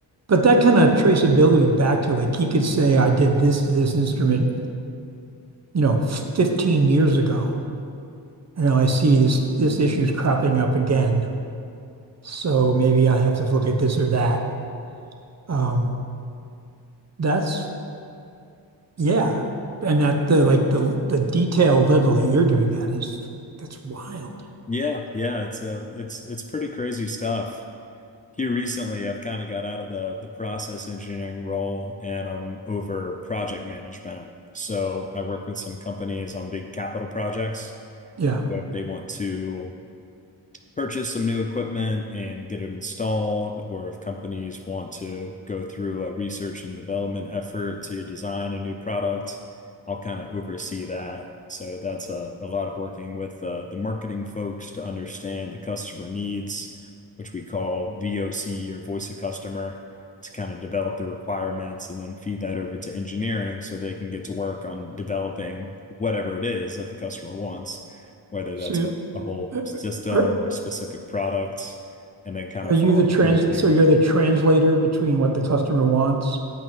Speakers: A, on the right; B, on the left.
A: But that kind of traceability back to like he could say I did this to this instrument, you know, 15 years ago. And now I see this this issue's cropping up again. So maybe I have to look at this or that. Um that's Yeah. And at the like the the detail level that you're doing at is that's wild.
B: Yeah, yeah, it's a it's it's pretty crazy stuff. Here recently, I've kind of got out of the the process engineering role and I'm over project management. So I work with some companies on big capital projects.
A: Yeah.
B: So if they want to purchase some new equipment and get it installed, or if companies want to go through a research and development effort to design a new product, I'll kind of oversee that. So that's a, a lot of working with uh, the marketing folks to understand the customer needs, which we call VOC or voice of customer, to kind of develop the requirements and then feed that over to engineering so they can get to work on developing whatever it is that the customer wants whether that's
A: So
B: a a whole
A: uh,
B: system
A: uh, are
B: or a specific product and then kind of
A: are you
B: follow
A: the trans
B: the engineers.
A: so you're the translator between what the customer wants